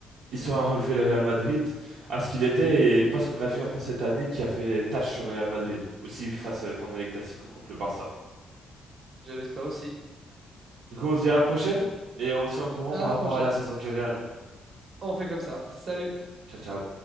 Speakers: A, on the right; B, on the right.
A: il saura relever le Real Madrid à ce qu'il était et pas ce qu'on a vu un peu cette année qui a fait tache sur le Real Madrid. Aussi face euh, pendant les Clasico contre le Barça.
B: Je l'espère aussi.
A: Du coup, on se dit à la prochaine et on se tient au courant
B: À
A: par
B: la
A: rapport
B: prochaine.
A: à la saison du Real.
B: On fait comme ça. Salut.
A: Ciao, ciao.